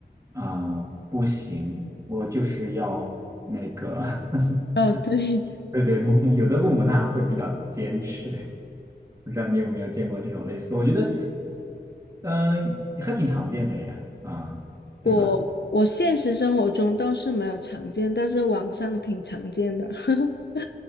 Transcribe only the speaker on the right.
啊、不行，我就是要那个 <laughs>
对对对，有的父母他会比较坚持，不知道你有没有见过这种类似的我觉得，嗯、还挺常见的呀，啊、对吧？